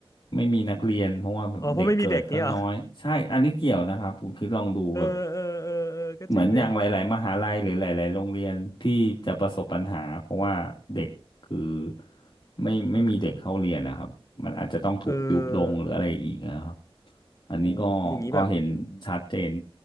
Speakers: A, on the left; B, on the left.
A: ไม่มีนักเรียนเพราะว่าแบบเด็กเกิดก็น้อยใช่อันนี้เกี่ยวนะครับคุณคิดลองดูแบบ
B: อ๋อเพราะไม่มีเด็กเงี้ยเหรอ เออเออเออเออก็จริงนะ
A: เหมือนอย่างหลายๆมหาลัยหรือหลายๆโรงเรียนที่จะประสบปัญหาเพราะว่าเด็กคือไม่ไม่มีเด็กเข้าเรียนนะครับมันอาจจะต้องถูกยุบลงหรืออะไรอีกนะครับ
B: เออ
A: อันนี้ก็ก็เห็นชัดเจน
B: โอ้โหอย่างนี้แบบ